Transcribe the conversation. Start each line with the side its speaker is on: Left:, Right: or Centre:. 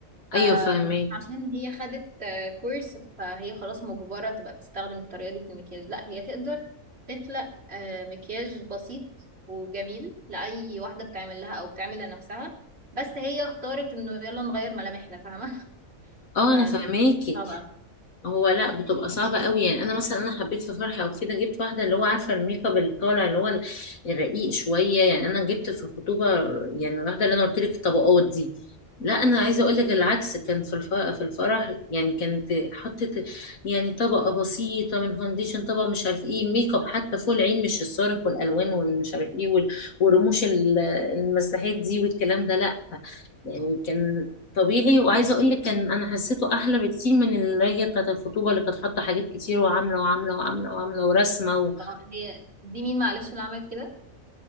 Right: فعشان
Left: ايوه فاهماكي
Right: هي خدت آه، كورس فهي خلاص مجبرة تبقى بتستخدم الطريقة دي في المكياج لا هي تقدر تخلق آه، مكياج بسيط وجميل لأي واحدة بتعمل لها او بتعمل لنفسها بس هي اختارت انه يلا نغير ملامحنا فاهمة <laughs>
Left: اه
Right: فالاختيار
Left: انا فاهماكي
Right: صعب أوي.
Left: هو لا بتبقى صعبة قوي يعني انا مثلا انا حبيت في فرحة وكده جبت واحدة اللي هو عارفة الميك اب اللي طالع اللي هو ال- الرقيق شوية يعني انا جبت في الخطوبة يعني الواحدة اللي انا قلت لك الطبقات دي لا انا عايزة اقول لك العكس كان في الف- في الفرح يعني كانت حطت يعني طبقة بسيطة من فونديشن طبقة مش عارف ايه ميك اب حتى فوق العين مش الصارخ والالوان والمش عارف ايه وال- والرموش ال- المساحات دي والكلام ده يعني كان طبيعي وعايزه اقول لك كان انا حسيته احلى بكتير من اللي بتاعت الخطوبه اللي كانت حاطه حاجات كتير وعامله وعامله وعامله وعامله ورسمه و...
Right: طب هي دي مين معلش اللي عملت كده